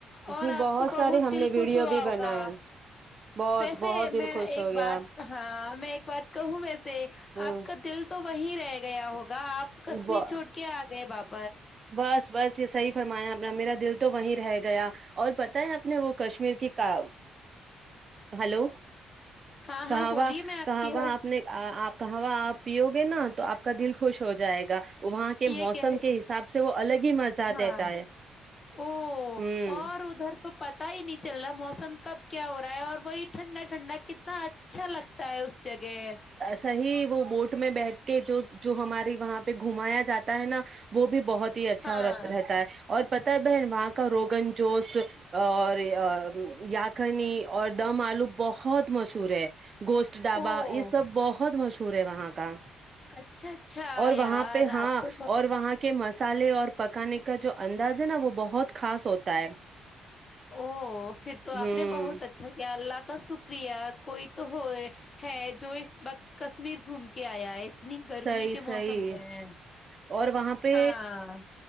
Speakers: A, on the left (about 35°); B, on the right (about 40°).
A: اور
B: جی
A: آپ کو بہت
B: سارے ہم
A: دل
B: نے ویڈیو
A: خوش ہوا
B: بھی
A: ہوگا
B: بنائے بہت
A: ویسے
B: بہت دل
A: میں
B: خوش
A: ایک
B: ہو گیا
A: بات ہاں میں ایک بات کہوں ویسے
B: ہوں
A: آپ کا دل تو وہی رہے گا گیا ہوگا گا آپ کشمیر
B: ب-
A: چھوڑ بابا
B: بس بس یہ صحیح فرمایا میرا دل تو وہیں رہ گیا اور پتا ہے آپ نے وہ کشمیر کی کا ہلو
A: ہاں
B: کہاںواں
A: ہاں بولیے میں
B: کہاںواں
A: کی
B: آپ نے آپ کہوا آپ پیو گے نا تو آپ کا دل خوش ہو جائے گا وہاں کے
A: یہ
B: موسم
A: کہہ رہی
B: کے حساب سے وہ الگ ہی مزہ
A: ہاں
B: دیتا ہے
A: او
B: ہوں
A: اور ادھر تو پتا ہی نہیں چل رہا موسم سم کب کیا ہو رہا ہے اور وہی ٹھنڈا ٹھنڈا کتنا اچھا لگتا ہے جگہ
B: صحی وہ بوٹ میں بیٹھ کے جو جو ہمارے وہاں پہ گھمایا جاتا ہے نا وہ بھی بہت ہی اچھا
A: ہاں
B: رہتا ہے اور پتہ بہن وہاں کا روگن جوش اور یاقنی اور دم آلو بہت مشہور ہے گوشت ڈھابا
A: او
B: یہ سب بہت مشہور سور ہے وہاں کا
A: اچھا اچھا
B: اور وہاں
A: یار
B: پہ ہاں
A: آپ تو
B: اور وہاں کے مسالے اور پکانے کا جو انداز ہے نا وہ بہت خاص ہوتا ہے
A: او پھر تو آپ
B: ہوں
A: نے بہت اچھا کیا اللہ کا کا شکریہ کوئی تو ہو ہے جو اس وقت کشمیر گھوم کے آیا ہے اتنی گرمی
B: صحی
A: کے
B: صیح
A: موسم میں
B: اور وہاں پہ
A: ہاں